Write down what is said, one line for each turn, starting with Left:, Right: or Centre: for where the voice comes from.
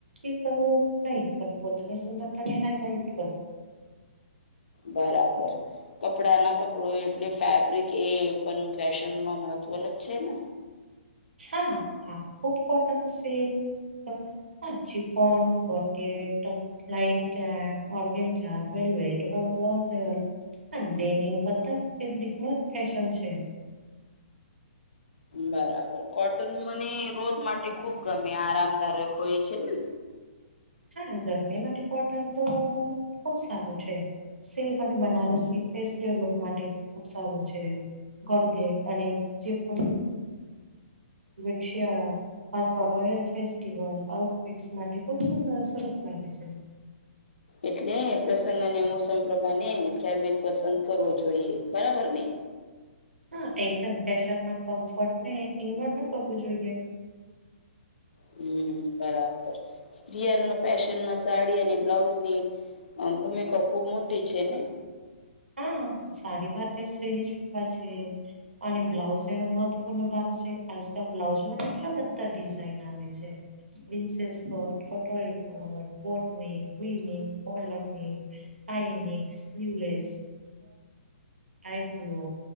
Right: એ કરવું નહી પણ પોતાને સુંદરતાને હાઈલાઈટ કરવુ
Left: બરાબર કપડા ના કપડુ એટલે ફેબ્રિક એ પણ ફેશનમાં મહત્વ નુ જ છે ને
Right: હા ખૂબ કોટન સેલ હા સિમોન જોરજેટ લાઈન કરાક ઓર્ગનજા વેલ્વેટ લોંગ હા ડેનિમ બધા ફેબ્રિક નુ ફેશન છે.
Left: બરાબર કોટન મને રોજ માટે ખુબ ગમે આરામદારક હોય છે ને
Right: હા ગરમી માટે કોટન તો ખુબ સારું છે. સિલ્ક અને બનારસી ફેસ્ટિવલ લૂક માટે ખુબ સારું છે. કોરગેટ અને સિફોન <unintelligible> શિયાળા અથવા રોયલ ફ્લેસ્ટિવલ માટે ખુબ સુંદર સરસ લાગે છે.
Left: એટલે પ્રસંગ અને મોસમ પ્રમાણે ફેબિક પસંદ કરવો જોઈએ બરાબર ને
Right: હા એકદમ ફેશનમાં કમ્ફર્ટ ને ઇગનોર નો કરવું જોઈએ.
Left: હમ્મ બરાબર સ્ત્રીય ફેશનમાં સાડી અને બ્લાઉઝની ભૂમિકા ખુબ મોટી છે ને
Right: હા સારી ભાર ધર શ્રેણી શુભ છે અને બ્લાઉઝ એનો મહત્વપૂર્ણ ભાગ છે આજકાલ બ્લાઉઝમાં કેટલા બધા ડિઝઇન આવે છે. પ્રિન્સેસ કટ પટોરી કટ બોટનિક ક્લિનિંગ પલકનિક આઈનિક સ્વલેસ આઈ બ્લુ